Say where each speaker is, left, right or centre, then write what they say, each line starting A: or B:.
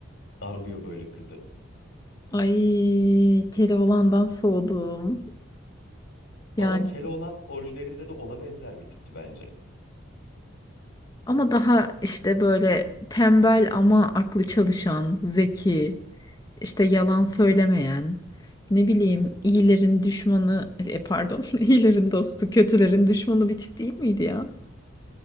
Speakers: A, on the left (about 75°); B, on the left (about 20°).
A: Darlıyor böyle kızı.
B: Ay Keloğlan'dan soğudum. Yani
A: Valla Keloğlan orijinalinde de ona benzer bir tipti bence.
B: ama daha işte böyle tembel ama aklı çalışan, zeki, işte yalan söylemeyen, ne bileyim iyilerin düşmanı, e, pardon <laughs> iyilerin dostu, kötülerin düşmanı bir tip değil miydi ya?